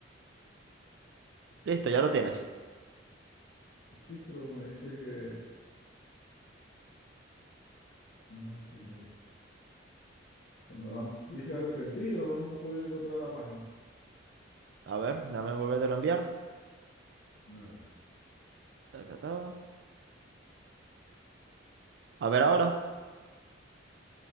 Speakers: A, on the right; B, on the left.
A: Listo, ya lo tienes.
B: Sí, pero me dice que no lo entiendo. Que no la han- dice arrepentido, no hemos podido encontrar la página.
A: A ver, déjame volvértelo a enviar.
B: Nada.
A: Taca, ta. A ver ahora.